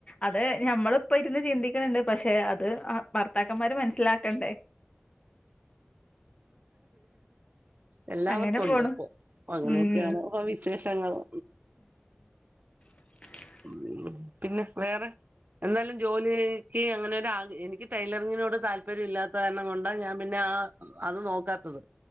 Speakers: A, on the left; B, on the right.
A: അത് ഞമ്മളിപ്പോ ഇരുന്ന് ചിന്തിക്ക് ണ് ണ്ട് പക്ഷെ അത് ആ ഭർത്താക്കന്മാര് മനസ്സിലാക്കണ്ടേ
B: എല്ലാവർക്കും
A: അങ്ങനെ
B: ഉണ്ട്
A: പോണു
B: അപ്പൊ അങ്ങനെയൊക്കെയാണ്
A: ഉം
B: വിശേഷങ്ങള്
A: ഉ <inaudible>
B: ഉം പിന്നെ വേറെ എന്തായാലും ജോലിക്ക് അങ്ങനെ എനിക്ക് ടെലറിങ്ങിനോട് താല്പര്യം ഇല്ലാത്ത കാരണം കൊണ്ടാ ഞാൻ പിന്നെ അത് നോക്കാത്തത്